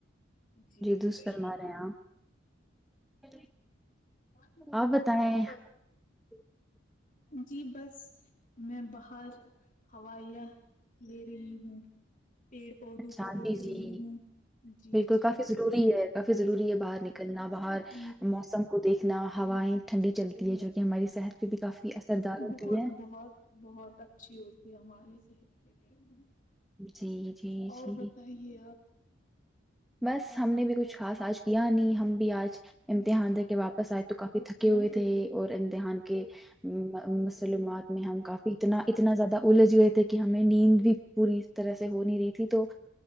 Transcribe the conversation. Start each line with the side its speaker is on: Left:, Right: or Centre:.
Left: جی
Centre: درست
Left: وہی
Centre: فرما رہے ہیں آپ
Left: ہ
Centre: آپ بتائیں
Left: اور پ <unintelligible>
Centre: <unintelligible>
Left: جی بس میں باہر ہا ایا لی <unintelligible> جی ہوں پیڑ پودوں
Centre: اچھا
Left: کو دیکھ
Centre: جی
Left: رہی
Centre: جی
Left: ہوں جی
Centre: بالکل
Left: جی
Centre: کافی ضروری ہے کافی ضروری ہے باہر نکلنا باہر
Left: جی
Centre: موسم کو دیکھ اتنا ہوائیں ٹھنڈی چلتی ہے جو کہ ہماری صحت پہ بھی کافی اثردار ہوتی
Left: بہت
Centre: ہے
Left: بہت بہت اچھی ہوتی ہے ہمارے صحت کے لی ہو
Centre: جی جی
Left: اور
Centre: جی
Left: بتائیے آپ
Centre: بس ہم نے بھی کچھ خاص آج کیا نہیں ہم بھی آج امتحان ج کے واپس آئے تو کافی تھکے ہوئے تھے اور امتحان کے مسلمومات میں ہم کافی اتنا اتنا زیادہ الجھ گئے تھے کہ ہمیں نیند بھی پوری طرح سے ہو نہیں رہی تھی تو